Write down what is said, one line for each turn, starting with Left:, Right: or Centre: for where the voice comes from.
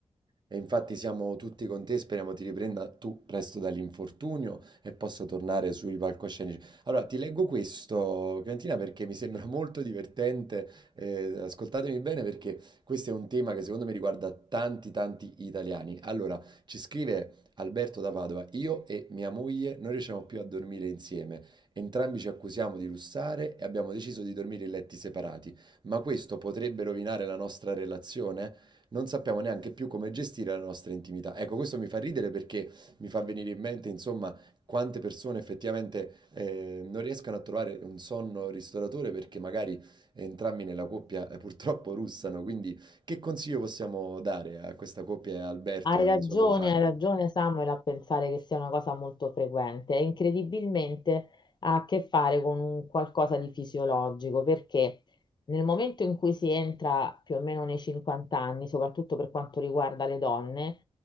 Right: E infatti siamo tutti con te, speriamo ti riprenda tu presto dall'infortunio e possa tornare sui palcoscenici. Allora, ti leggo questo, Clementina, perché mi sembra <laughs> molto divertente. eh, ascoltatemi bene perché questo è un tema che secondo me riguarda tanti, tanti italiani. Allora, ci scrive Alberto da Padova, io e mia moglie non riusciamo più a dormire insieme. Entrambi ci accusiamo di lussare e abbiamo deciso di dormire in letti separati. Ma questo potrebbe rovinare la nostra relazione? non sappiamo neanche più come gestire la nostra intimità. Ecco, questo mi fa ridere perché mi fa venire in mente, insomma, quante persone effettivamente eh, non riescono a trovare un sonno ristoratore perché magari entrambi nella coppia eh, purtroppo russano. Quindi, che consiglio possiamo dare a questa coppia e a Alberto
Left: Hai
Right: e alla
Left: ragione,
Right: sua compagna?
Left: hai ragione Samuel a pensare che sia una cosa molto frequente. e Incredibilmente ha a che fare con un qualcosa di fisiologico, perché nel momento in cui si entra più o meno nei 50 anni, soprattutto per quanto riguarda le donne,